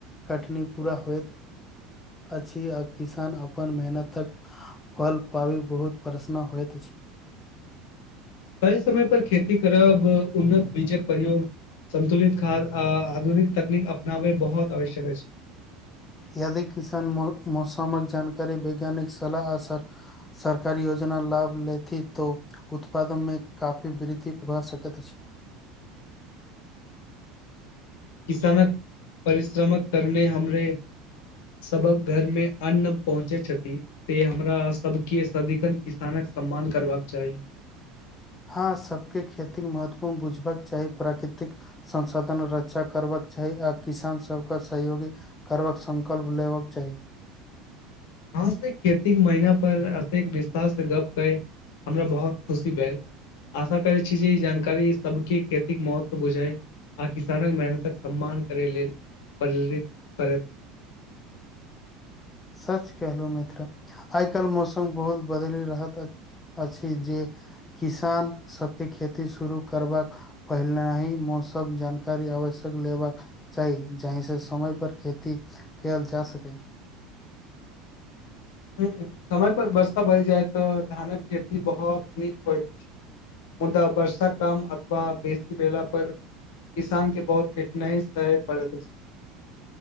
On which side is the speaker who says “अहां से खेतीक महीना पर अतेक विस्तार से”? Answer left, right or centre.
Left